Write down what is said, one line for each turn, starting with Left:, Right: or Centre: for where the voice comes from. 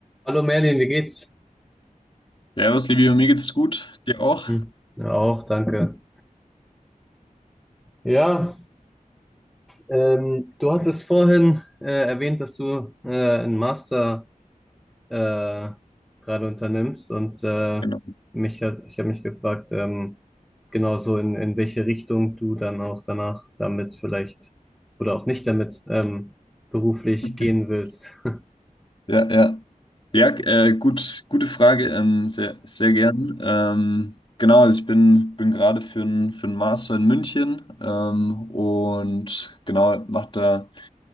Centre: Hallo Merlin, wie geht's?
Left: Servus, Livio, mir geht's gut. Dir auch?
Centre: Hm, ja, auch, danke. Ja, ähm, du hattest vorhin äh, erwähnt, dass du äh, einen Master äh, gerade unternimmst und äh,
Left: Genau.
Centre: mich hat, ich habe mich gefragt, ähm, genau so in, in welche Richtung du dann auch danach damit vielleicht oder auch nicht damit ähm, beruflich
Left: <laughs>
Centre: gehen willst. <laughs>
Left: Ja, ja. Ja, äh, gut, gute Frage. Ähm, sehr, sehr gern. Ähm, genau, also ich bin, bin gerade für einen für einen Master in München ähm, und genau, mache da